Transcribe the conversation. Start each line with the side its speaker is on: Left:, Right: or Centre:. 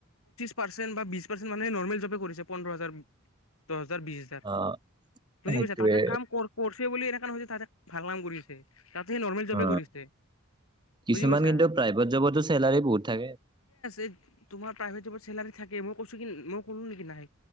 Left: পাৰ্চেন্ট বা‌ বিশ পাচেন্ট মানুহে নৰ্মেল জবে কৰিছে পোন্ধৰ হাজাৰ দশ বিশ হাজাৰ
Right: অ
Left: বুজি
Right: সেইটোৱে
Left: পাইছা তাতে কাম কৰছে বুলি ন যিমান হৈছে তাতে ভাল নাম কৰি আছে তাতে নৰ্মেল জব
Right: অ
Left: কৰিছে
Right: কিছুমান
Left: বুজি পাইছায়
Right: কিন্তু প্ৰাইভেট জবতো চেলাৰী বহুত থাকে
Left: এই তোমাৰ তাই হৈ যাব চেলাৰী থাকে মই কৈছো নেকি মই কলো নেকি নাহে